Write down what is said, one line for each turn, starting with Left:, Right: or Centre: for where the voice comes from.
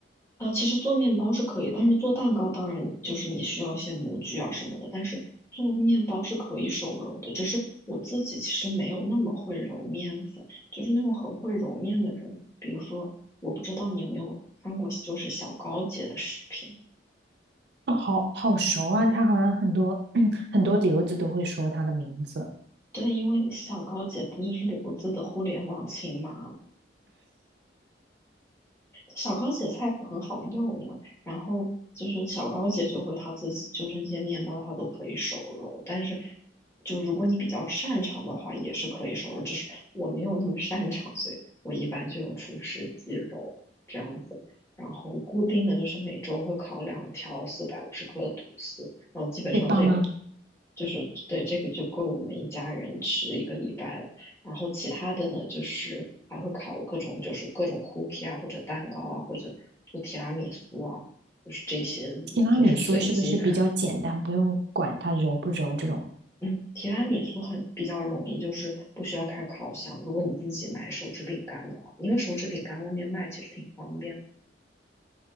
Left: 啊，其实做面包是可以，但是做蛋糕当然就是你需要一些模具啊什么的，但是做面包是可以手揉的。只是我自己其实没有那么会揉面粉，就是那种很会揉面的人，比如说我不知道你有没有看过，就是小高姐的视频。
Right: 哦好好熟啊，他好像很多 <clears throat> 很多留子都会说他的名字。
Left: 对，因为小高姐不就是留子的互联网亲妈小高姐菜谱很好用，因为然后就是小高姐就会她自己就是那些面包她都可以手揉，但是就如果你比较擅长的话，也是可以手揉，只是我没有那么擅长，所以我一般就用厨师机揉这样子。然后固定的就是每周会烤两条四百五十克的吐司，然后基本上这个
Right: 给爸妈，
Left: 就是对这个就够我们一家人吃一个礼拜了。然后其他的呢，就是还会烤各种，就是各种 cookie 啊，或者蛋糕啊，或者做提拉米苏啊，就是这些，
Right: 提拉米苏是不是比较简单，
Left: 就是随机看。
Right: 不用管它揉不揉这种
Left: 嗯，提拉米苏很比较容易，就是不需要开烤箱。如果你自己买手指饼干的话，因为手指饼干外面卖其实挺方便的。